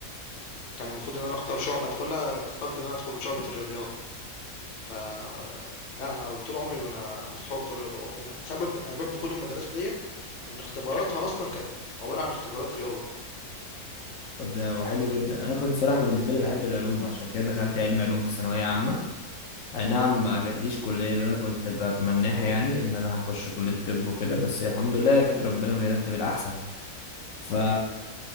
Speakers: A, on the left (about 45°); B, on the left (about 65°).
A: كان المفروض إن أنا أختار شعبة أدخلها اخترت إن أنا أدخل شعبة الرياضيات ف لأ أنا طول عمري وأنا متفوّق في الرياضة، ومن سبب من أسباب دخولي المدرسة ديّة إن اختباراتها أصلًا كانت عبارة عن اختبارات رياضة،
B: طب ده حلو جدا انا كنت صراحة بالنسبة لي بحب العلوم عشان كده دخلت علم علوم في ثانوية عامة اي نعم ما جاتليش كلية اللي انا كنت بتمناها يعني ان انا هخش كلية طب وكده بس الحمد لله اكيد ربنا بيرتب الاحسن ف